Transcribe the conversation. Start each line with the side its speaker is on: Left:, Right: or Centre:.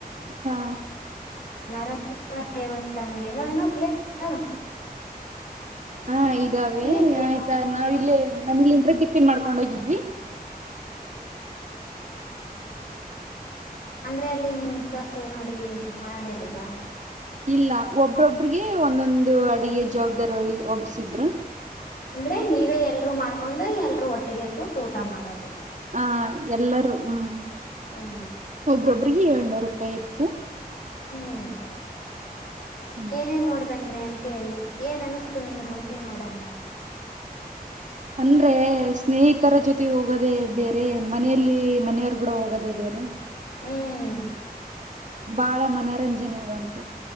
Right: ಹಾ
Left: ನರಸಿಂಹ ದೇವಸ್ಥಾನ ಏನೋ ಏನೋ ಪ್ಲೇಸ್ ಇದಾವ.
Right: ಹಾ ಇದಾವೆ
Left: ನೀವೇ
Right: ಆಯ್ತಾ ನಾವ ಇಲ್ಲೇ ಮನಿಲಿಂತ್ರೆ ಟಿಪ್ಪಿನ್ ಮಾಡ್ಕೊಂಡ ಹೋಗಿದ್ವಿ.
Left: ಅಂದ್ರೆ ಅಲ್ಲಿನ್ ಸಸುವಿನ ಅಡುಗಿ ಮಾಡಿರ್ಲ್ವಾ
Right: ಇಲ್ಲ ಒಬ್ರೊಬ್ರಿಗೆ ಒಂದೊಂದು ಅಡಿಗೆ ಜವಾಬ್ದಾರಿ ಓ ಒಬ್ಸಿದ್ರ.
Left: ಅಂದ್ರೆ ನೀವೇ ಎಲ್ರುೂ ಮಾಡ್ಕೊಂಡ ಹೋಗಿ ಎಲ್ರುೂ ಒಟ್ಟಿಗೆ ಕೂತ್ ಊಟ ಮಾಡೋದ. ದ
Right: ಹಾ ಎಲ್ಲರೂ ಹ್ಮ್.
Left: ಹ್ಞೂ
Right: ಒಬ್ರ ಒಬ್ಬ್ರು. ಪ್ರೀ ಏಳ್ನೂರು ರೂಪಾಯಿ ಇತ್ತ.
Left: ಹ್ಮ್
Right: ಹ್ಮ್
Left: ಏನೇನ್ ನೋಡ್ ಬಂದ್ರಿ ಹಂಪಿ ಅಲ್ಲೆ ಏನ್ ಅನಸ್ತು ನಿಮಗ ಹಂಪಿ ನೋಡಣ.
Right: ಅಂದ್ರೆ ಸ್ನೇಹಿತರ ಜೊತೆ ಹೋಗೋದೆ ಬೇರೆ ಮನೆಯಲ್ಲಿ ಮನೆಯವರ್ ಕೂಡ ಹೋಗೋದೆ ಬೆರೆ
Left: ಹ್ಮ್
Right: ಭಾಳ ಮನರಂಜನೆ ಬಂತ.